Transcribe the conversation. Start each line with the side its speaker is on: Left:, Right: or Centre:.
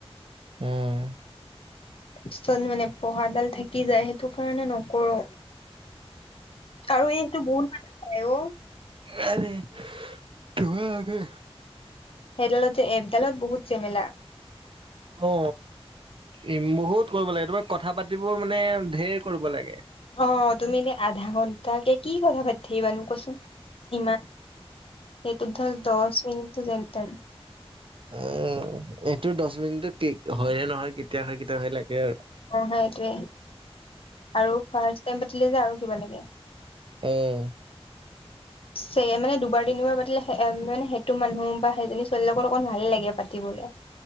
Right: উম
Left: ছত মানে পঢ়াডাল থাকি যায় সেইটো কাৰণে নকৰো আৰু এইটো বহুত মানুহে কৰে অ
Right: <unintelligible> আগে
Left: সেইডালত যে এপডালত বহুত জেমেলা
Right: অ ইম বহুত কৰিব লাগে তমাৰ কথা পাতিবৰ মানে ধেৰ কৰিব লাগে
Left: অ তুমি এনে আধা ঘন্টাকে কি কথা পাতি থাকিবানো কোৱাচোন ইমান সেইটো ধৰ দহ মিনিটটো যেন তেন
Right: অ এইটো দহ মিনিটটো কে হয়নে নহয় কেতিয়া হয় কেতিয়া হয় লাগে আৰু
Left: অ সেইটোৱে আৰু ফাৰ্ষ্ট টাইম পাতিলে যে আৰু কিবা লাগে
Right: উম
Left: চ মানে দুবাৰ তিনিবাৰ পাতিলে মানে সেইটো মানুহ বা সেইজনী ছোৱালী লগৰ অকণ ভাল লাগে পাতিবলে